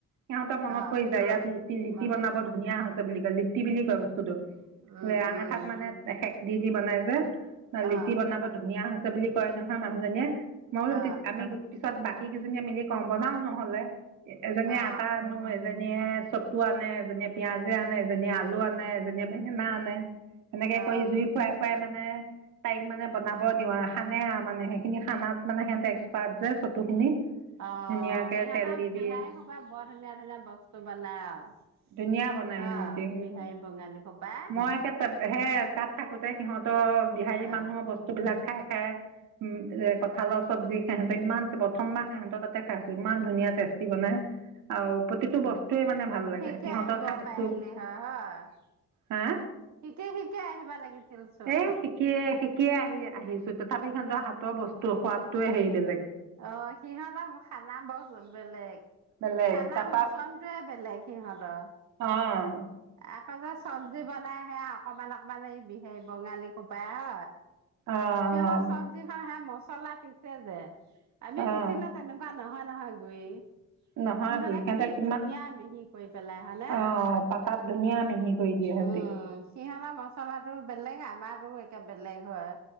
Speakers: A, on the right; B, on the right.
A: সিহঁতৰ মনত
B: অ
A: পৰি যায় ইয়াত লিতি লিতি
B: মনত
A: বনাব
B: পৰে
A: হৈছে বুলি কয় লিপ্তি বুলি কয় বস্তুটো
B: উম
A: আঙাঠাত
B: উম
A: মানে শেষ দি দি বনাই যে ন লিটি
B: অ
A: বনাব ধুনীয়া হৈছে বুলি কয় নহয় মানুহজনীয়ে <unintelligible>
B: অ
A: পিছত বাকী কেইজনীয়ে মিলি কওঁ বনাও নহ'লে এজনী
B: অ
A: আটা আনো এজনী নে চতু আনে যে পিয়াজে আনে এজনীয়ে আলু আনে এজনীয়ে বেঙেনা আনে সেনেকে
B: অ
A: কৰি জুই ফুৰাই ফুৰাই মানে তাইক মানে বনাব দি আৰু খানে মানে সেইখিনি খানাত মানে সিহঁতে এক্সপাৰ্ট যে চতুখিনি
B: অ
A: ধুনীয়াকে
B: সিহঁতৰ
A: তেল দি
B: বিহাৰ
A: দি
B: সবাই বৰ ধুনীয়া ধুনীয়া বস্তু বনাই আৰু
A: ধুনীয়া বনাই
B: অ
A: সিহঁতি
B: বিহাৰী বঙালী খবা
A: মই একে হে তাত থাকোতে সিহঁত বিহাৰী
B: অ
A: মানুহৰ বস্তু বিলাক খাই হা উম এ কঁঠাল চব্জি সিহঁত ইমান প্ৰথমাহ সিহঁত তাতে খাইছো ইমান ধুনীয়া টেষ্টি বনাই আৰু প্ৰতিটো বস্তুৱে মানে ভাল লাগে
B: শিকে
A: সিহঁতৰ
B: আহিব
A: খাইছোঁ
B: পাৰিলি হয় হয় শিকে
A: হা
B: শিকে আহিবা লাগিছিল চব
A: এই শিকিয়ে শিকিয়ে আহি আহিছো তথাপি সন্তৰ হাতৰ বস্তুৰ সোৱাদটোৱে হেৰি বেলেগ
B: অ সিহঁতৰো খানা বহুত বেলেগ
A: বেলেগ
B: খানা
A: তাৰপা
B: মোচনটো য়ে বেলেগ সিহঁতৰ
A: অঁ
B: আকৌ যে চব্জি বনাই আহে অকমান অকমান আহিবি সেই বঙালী খোপাই অ
A: অঁ
B: সিহঁতৰ চব্জি খা হে মছলা পিছ চে জে আমি
A: অঁ
B: পিছিলে তেনেকোৱা নহয় নহয় গৈয়ে
A: নহয়
B: সিহঁতে
A: গুৰি
B: কি
A: কিমান
B: ধুনীয়া মিহি কৰি পেলাই হয়নে
A: অঁ পাতাত ধুনীয়া মিহি কৰি দিয়ে সিহঁতি
B: উম সিহঁতৰ মচলাটো বেলেগ আমাৰ আৰু এতিয়া বেলেগ হয়